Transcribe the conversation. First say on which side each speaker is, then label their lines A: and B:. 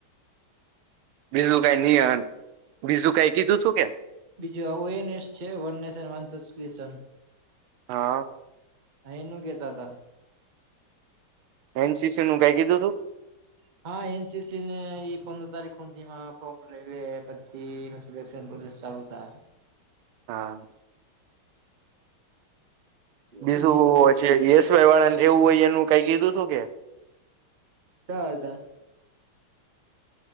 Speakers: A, on the right (about 80°); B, on the right (about 35°).
A: બીજું કઈ નિય બીજું કઈ કીધું છું કે?
B: બીજું ઓવો એનેસ છે, વન નેશન વન સબક્રપ્શન
A: હા.
B: એનું કેતાતા
A: એનસીસી નું કઈ કીધું તું
B: હા એનસીસી ને ઈ પંદર તારીખ હુધીમાં ફોર્મ લઈ લે પછી <unintelligible> ચાલુ થા
A: હા. બીજું
B: તો
A: વું
B: તો
A: હોય
B: કઈ
A: છે યશભાઈ વાળાને રહેવું હોય એનું કઈ કીધું હતું કે
B: <inaudible>